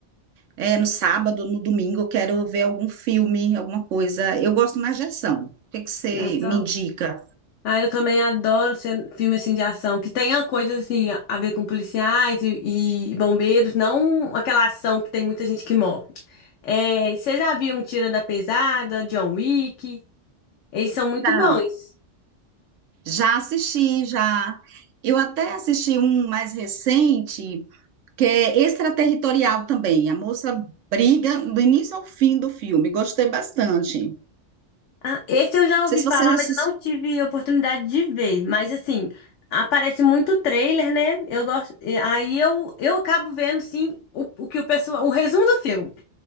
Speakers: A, on the right; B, on the left.
A: é, no sábado, no domingo, eu quero ver algum filme, alguma coisa. Eu gosto mais de ação. O que que você
B: Já são.
A: me indica?
B: Ah, eu também adoro cen- filme assim de ação, que tenha coisas assim a ver com policiais e, e bombeiros, não aquela ação que tem muita gente que morre. É, você já viu um Tira da Pesada, John Wick? Eles são muito
A: Tá.
B: bons.
A: Já assisti, já. Eu até assisti um mais recente que é extraterritorial também. A moça briga do início ao fim do filme. Gostei bastante. Não
B: Ah, esse eu já
A: sei
B: ouvi
A: se
B: falar,
A: vocês assistiram.
B: mas eu não tive oportunidade de ver. Mas assim, aparece muito trailer, né? Eu gosto. e Aí eu, eu acabo vendo sim o, o que o pessoal, o resumo do filme.